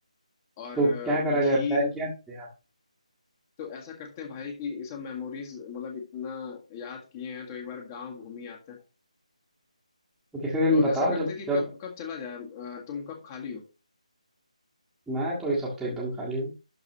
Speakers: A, on the left (about 25°); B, in the centre.
A: और
B: तो
A: अ,
B: क्या करा जाए
A: खीर
B: प्लान किया जाए यार
A: तो ऐसा करते हैं भाई कि ये सब मेमोरीज मतलब इतना याद किए हैं तो एक बार गांव घूम ही आते हैं
B: तो किसी दिन
A: तो
B: बताओ
A: ऐसा करते
B: जब
A: हैं कि
B: जब
A: कब कब चला जाए अ, तुम कब खाली हो
B: मैं तो इस हफ्ते एकदम खाली हूँ